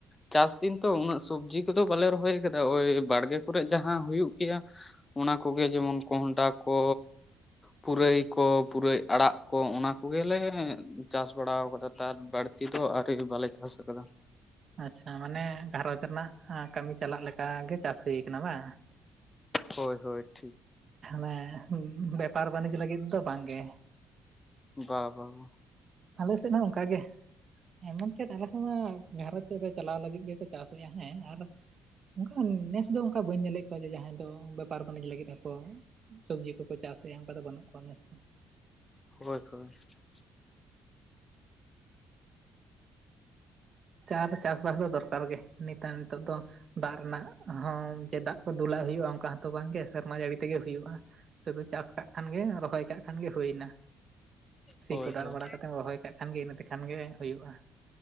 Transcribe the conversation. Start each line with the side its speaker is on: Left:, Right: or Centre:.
Left: ᱪᱟᱥ ᱫᱤᱱ ᱛᱚ ᱩᱱᱟᱹᱜ ᱥᱚᱵᱽᱡᱤ ᱠᱚᱫᱚ ᱵᱟᱞᱮ ᱨᱚᱦᱚᱭ ᱠᱟᱫᱟ ᱳᱭ ᱵᱟᱲᱜᱮ ᱠᱚᱨᱮ ᱡᱟᱦᱟ ᱦᱩᱭᱩᱜ ᱜᱮᱭᱟ ᱚᱱᱟ ᱠᱚᱜᱮ ᱡᱮᱢᱚᱱ ᱠᱚᱸᱦᱰᱟ ᱠᱚ ᱯᱩᱨᱟᱹᱭ ᱠᱚ ᱯᱩᱨᱟᱹᱭ ᱟᱲᱟᱜ ᱠᱚ ᱚᱱᱟ ᱠᱚᱜᱮ ᱞᱮ ᱪᱟᱥ ᱵᱟᱲᱟᱣ ᱠᱟᱫᱟ ᱛᱟᱨ ᱵᱟᱲ ᱛᱤ ᱫᱚ ᱟᱣᱨᱤ ᱵᱟᱞᱮ ᱪᱟᱥ ᱠᱟᱫᱟ᱾
Right: ᱟᱪᱪᱷᱟ ᱢᱟᱱᱮ ᱜᱷᱟᱨᱚᱡᱽ ᱨᱮᱱᱟᱜ ᱠᱟᱢᱤ ᱪᱟᱞᱟᱜ ᱞᱮᱠᱟ ᱜᱮ ᱪᱟᱥ ᱦᱩᱭ ᱠᱟᱱᱟ ᱵᱟ?
Left: ᱦᱳᱭ ᱦᱳᱭ ᱴᱷᱤᱠ᱾
Right: ᱚᱱᱮ ᱵᱮᱯᱟᱨ ᱵᱟᱱᱤᱡᱽ ᱞᱟᱜᱤᱫ ᱫᱚ ᱵᱟᱝ ᱜᱮ᱾
Left: ᱵᱟ ᱵᱟ ᱵᱟ᱾
Right: ᱟᱞᱮ ᱥᱮᱫ ᱦᱚᱸ ᱚᱱᱠᱟ ᱜᱮ ᱮᱢᱚᱱ ᱪᱮᱫ ᱟᱞᱮ ᱥᱮᱜ ᱢᱟ ᱜᱷᱟᱨᱚᱸᱡᱽ ᱨᱮ ᱪᱟᱞᱟᱣ ᱞᱟᱹᱜᱤᱫ ᱜᱮᱠᱚ ᱪᱟᱥ ᱜᱮᱭᱟ ᱦᱮᱸ ᱟᱨ ᱚᱝᱠᱟ ᱱᱮᱥ ᱫᱚ ᱚᱱᱠᱟ ᱵᱟᱹᱧ ᱧᱮᱞᱮᱜ ᱠᱚᱣᱟ ᱡᱮ ᱡᱟᱦᱟᱸᱭ ᱫᱚ ᱵᱮᱯᱟᱨ ᱵᱟᱱᱤᱡᱽ ᱞᱟᱹᱜᱤᱫ ᱦᱚᱸᱠᱚ ᱥᱚᱵᱽᱡᱤ ᱠᱚᱠᱚ ᱪᱟᱥᱮᱜ-ᱟ ᱚᱝᱠᱟ ᱫᱚ ᱵᱟᱱᱩᱜ ᱠᱚᱣᱟ ᱱᱮᱥ ᱫᱚ᱾
Left: <unintelligible>
Right: ᱪᱟᱨ ᱪᱟᱥᱵᱟᱥ ᱫᱚ ᱫᱚᱨᱠᱟᱨ ᱜᱮ ᱱᱤᱛᱟᱱ ᱱᱤᱛᱚᱜ ᱫᱚ᱾ ᱫᱟᱜ ᱨᱮᱱᱟᱜ ᱦᱚᱸ ᱡᱮ ᱫᱟᱜ ᱠᱚ ᱫᱩᱞᱟᱜ ᱦᱩᱭᱩᱜ-ᱟ ᱚᱝᱠᱟ ᱦᱚᱸ ᱛᱚ ᱵᱟᱝ ᱜᱮ ᱥᱮᱨᱢᱟ ᱡᱟᱲᱤ ᱛᱮᱜᱮ ᱦᱩᱭᱩᱜ-ᱟ᱾ ᱥᱩᱫᱩ ᱪᱟᱥ ᱠᱟᱜ ᱠᱷᱟᱱ ᱜᱮ ᱨᱚᱦᱚᱭ ᱠᱟᱜ ᱠᱷᱟᱱ ᱜᱮ ᱦᱩᱭᱮᱱᱟ ᱥᱤ
Left: ᱦᱳᱭ
Right: ᱠᱚᱰᱟᱱ
Left: ᱦᱳᱭ
Right: ᱵᱟᱲᱟ ᱠᱟ ᱛᱮᱢ ᱨᱚᱦᱚᱭ ᱠᱟᱜ ᱠᱷᱟᱱ ᱜᱮ ᱤᱱᱟᱹ ᱛᱮᱠᱷᱟᱱ ᱜᱮ ᱦᱩᱭᱩᱜ-ᱟ